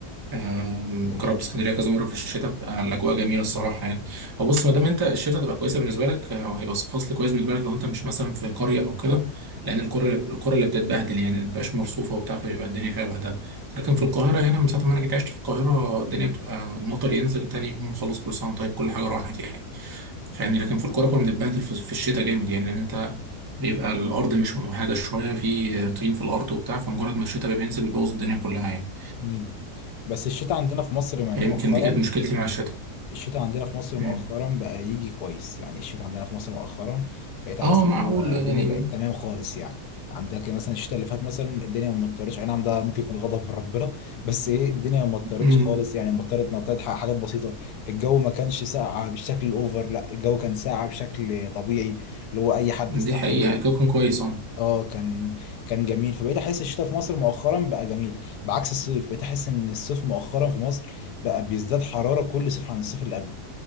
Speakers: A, on the right (about 25°); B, on the left (about 75°).
A: آم،
B: جميل
A: جربت اسكندريه كذا مره في الشتاء بقى الاجواء جميله الصراحه يعني هو بص ما دام انت الشتاء تبقى كويسه بالنسبه لك آه، او هيبقى فصل كويس بالنسبه لك لو انت مش مثلا في قريه او كده لان القرى القرى اللي بتتبهدل يعني ما بتبقاش مرصوفه وبتاع فبيبقى الدنيا فيها بهدله لكن
B: مم.
A: في القاهره هنا من ساعه ما انا جيت عشت في القاهره الدنيا بتبقى المطر ينزل تاني يوم خلاص كل سنه طيب كل حاجه راحت يعني فاهمني لكن في القرى كنا بنتبهدل في في الشتاء جامد يعني لان انت بيبقى الارض مش ممهده شويه في طين في الارض وبتاع فمجرد ما الشتاء بينزل بيبوظ الدنيا كلها يعني
B: مم. بس الشتاء عندنا في مصر
A: فيمكن
B: مؤخرا
A: دي كانت مشكلتي مع الشتاء
B: الشتاء عندنا في مصر مؤخرا
A: مم.
B: بقى يجي كويس يعني الشتاء عندنا في مصر مؤخرا بقيت احس
A: اه معقول
B: ان هو الدنيا
A: يعني
B: بقت تمام خالص يعني عندك مثلا الشتاء اللي فات مثلا الدنيا ما مطرتش اي نعم ده ممكن يكون غضب من ربنا بس ايه الدنيا ما مطرتش
A: مم.
B: خالص يعني مطرت نطرت ح- حاجات بسيطه الجو ما كانش ساقع بالشكل الاوفر لا الجو كان ساقع بشكل طبيعي اللي هو اي حد
A: دي
B: يستحمله
A: حقيقة الجو كان كويس اه
B: اه كان كان جميل فبقيت احس الشتاء في مصر مؤخرا بقى جميل بعكس الصيف بقيت احس ان الصيف مؤخرا في مصر بقى بيزداد حرارة كل صيف عن الصيف اللي قبله